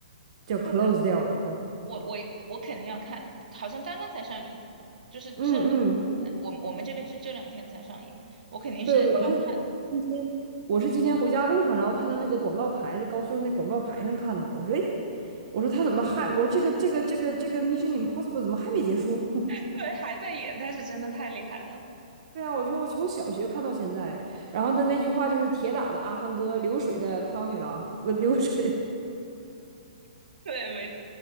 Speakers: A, on the right (about 45°); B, on the right (about 75°).
A: 叫 close
B: 对。
A: 掉了。是吧
B: 我我我肯定要看，好像刚刚才上映，就是这两天，
A: 嗯嗯，
B: 我我们这边是这两天才上映，我肯定是要看的。
A: 对，我是今天，我是今天回家路上，然后看到那个广告牌，在高速上那广告牌上看到的。我说，哎，我说他怎么还？我说这个这个这个这个 Mission Impossible 怎么还没结束？<laughs>
B: <laughs> 对，还在演，他是真的太厉害了。
A: 对啊，我说我从小学看到现在，然后他那句话就是铁打的阿汤哥，流水的汤女郎，不流水，
B: <laughs> 对，没错。